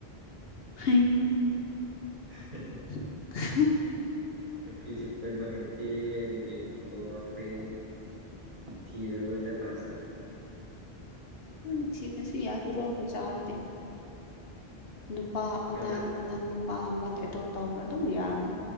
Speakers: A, on the left; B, on the right.
A: ꯍ
B: ꯍ
A: <unintelligible>
B: ꯅꯨꯄꯤꯁꯨ ꯈꯣꯏꯕ ꯍꯩꯇꯦ ꯑꯗꯨꯗꯒꯤ ꯐꯪꯕ ꯋꯥꯈ꯭ꯦ ꯊꯤꯔꯔꯣꯏꯗ ꯂꯥꯁꯇ
A: ꯑꯗꯨ ꯅꯤꯡꯊꯤꯅꯁꯨ ꯌꯥꯗꯣ ꯂꯕ ꯆꯥꯔꯗꯤ ꯅꯨꯄꯥ ꯑꯉꯥꯡ
B: ꯍꯣꯏꯗ
A: ꯑꯉꯥꯡ ꯅꯨꯄꯥ ꯑꯃ ꯑꯦꯗꯣꯞ ꯇꯧꯔꯒ ꯑꯗꯨꯝ ꯌꯥꯔꯅꯤ